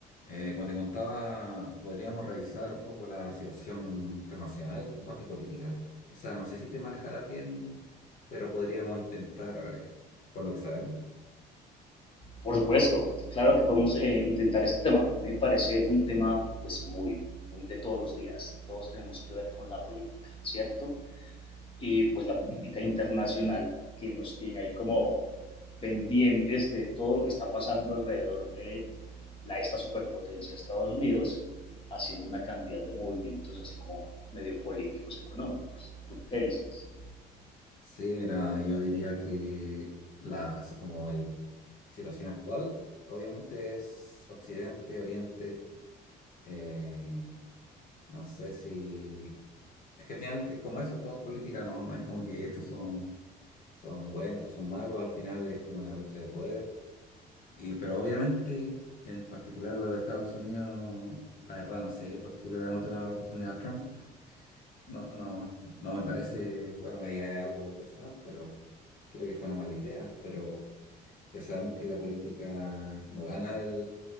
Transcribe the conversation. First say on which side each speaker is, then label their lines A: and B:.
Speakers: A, on the left (about 55°); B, on the left (about 30°).
A: Eh, como te contaba, podríamos revisar un poco la situación internacional en cuanto a política. O sea, no sé si te manejarás bien, pero podríamos intentar eh, con lo que sabemos.
B: Por supuesto, claro que podemos eh, intentar este tema. A mí me parece un tema pues muy, muy de todos los días. Todos tenemos que ver con la política, ¿cierto? Y pues la política internacional que nos tiene ahí como pendientes de todo lo que está pasando alrededor de la, esta superpotencia Estados Unidos, haciendo una cantidad de movimientos así como medio políticos económicos. ¿Tú qué dices?
A: Sí, mira, yo diría que la, así como la situación actual, obviamente es Occidente, Oriente. eh, no sé si... Es que al final, eh, como eso, es todo política, ¿no? No es como que estos son, son buenos, estos son malos. Al final es como una lucha de poder. Y, pero obviamente, en particular lo de Estados Unidos, la verdad no sé por qué le dan otra oportunidad a Trump. No, no, no me parece, bueno, ahí hay algo personal, pero creo que fue una mala idea. Pero ya sabemos que en la política no gana el,